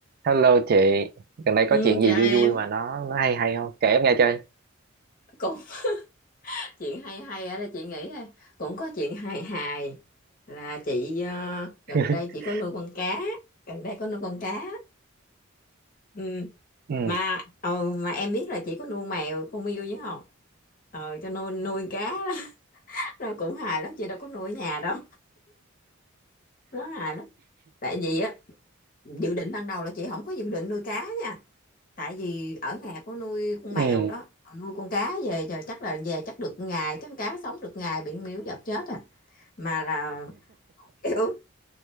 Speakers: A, on the right; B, on the left.
A: Hello chị, gần đây
B: Ừ,
A: có chuyện
B: chào
A: gì
B: em
A: vui vui mà nó nó hay hay không? Kể em nghe chơi.
B: cũng <laughs> chuyện hay hay ở đây chị nghĩ ha. cũng có chuyện hài hài là chị ờ, gần
A: <laughs>
B: đây chị có nuôi con cá gần đây có nuôi con cá ừ.
A: Ừ,
B: mà ừ, mà em biết là chị có nuôi mèo con Miu chứ không ờ cho nuôi nuôi cá đó. <laughs> nó cũng hài lắm chị đâu có nuôi ở nhà đâu nó hài lắm tại vì á dự định ban đầu là chị không có dự định nuôi cá nha tại vì ở nhà có nuôi con
A: ừ,
B: mèo đó nuôi con cá về giờ chắc là về chắc được ngày chắc cá sống được ngày bị miếu dập chết à mà là kiểu